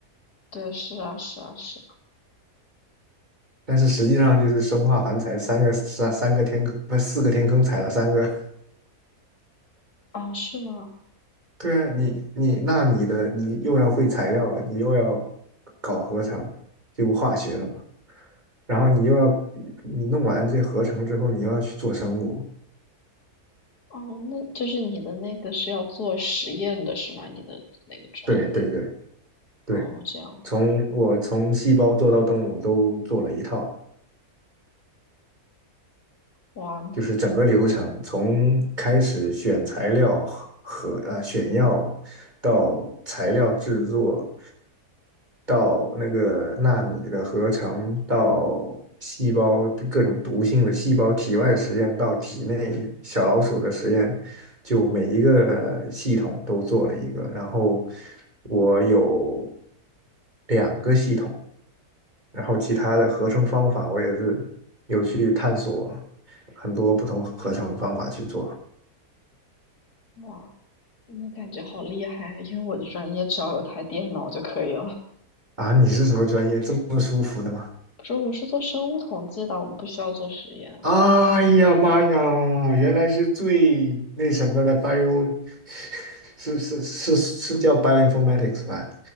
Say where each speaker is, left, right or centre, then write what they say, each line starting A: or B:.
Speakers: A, on the left; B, on the right.
A: 对，是啊，是啊，是啊，
B: 但是实际上就是生化环材三个三三个天坑，不是四个天坑踩了三个。
A: 啊是吗？
B: <laughs> 对啊，你你纳米的，你又要会材料，你又要搞合成，就化学了嘛。然后你又要你弄完这合成之后，你又要去做生物。
A: 哦，那就是你的那个是要做实验的是吗？你的那个专业？
B: 对对对对，
A: 哦，这样子，
B: 从我从细胞做到动物都做了一套。
A: 哇，那
B: 就是整个流程，从开始选材料和和呃选药，到材料制作，到那个纳米的合成，到细胞各种毒性的细胞体外实验，到体内小老鼠的实验，就每一个系统都做了一个。然后我有两个系统，然后其他的合成方法，我也是有去探索很多不同合成方法去做。
A: 哇，那感觉好厉害，因为我的专业只要有台电脑就可以了。
B: 啊，你是什么专业？这么舒服的吗？
A: 不是，我是做生物统计的，我们不需要做实验啊。
B: 哎呀妈呀，原来是最那什么的 bio，<laughs> 是是是是叫 bioinformatics 吧？